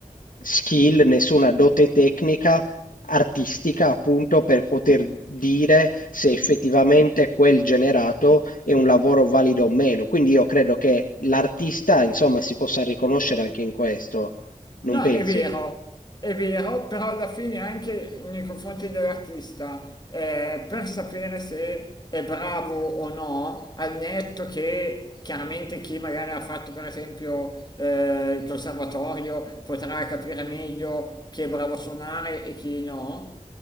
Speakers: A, on the left (about 80°); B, on the left (about 30°).
A: skill, nessuna dote tecnica artistica appunto per poter dire se effettivamente quel generato è un lavoro valido o meno. Quindi io credo che l'artista insomma si possa riconoscere anche in questo, non
B: No,
A: pensi?
B: è vero, è vero, però alla fine anche nei confronti dell'artista, eh, per sapere se è bravo o no, al netto che chiaramente chi magari ha fatto per esempio eh, il conservatorio potrà capire meglio chi è bravo a suonare e chi no.